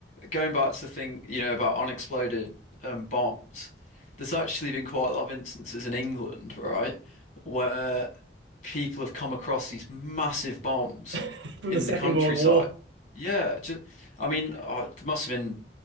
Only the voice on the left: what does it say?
going back to the thing, you know, about unexploded um, bombs, there's actually been quite a lot of instances in England, right, where people have come across these massive bombs
in
the countryside.
Yeah, just I mean, oh, it must have been